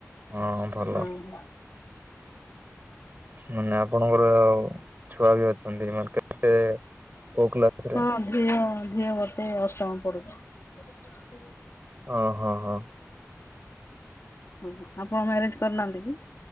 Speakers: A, on the right; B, on the left.
A: ହଁ ଭଲ
B: ହଁ
A: ମାନେ ଆପଣଙ୍କର ଆଉ । ଛୁଆ ବି ଅଛନ୍ତି ମାନେ କେତେ କୋଉ କ୍ଲାସ ରେ?
B: ହଁ ଝିଅ ଝିଅ ଗୋଟେ ଅଷ୍ଟମ ପଢ଼ୁଛି।
A: ଓ ହୋ ହୋ।
B: ହ ଆପଣ ମ୍ୟାରେଜ କରିନାହାନ୍ତି କି?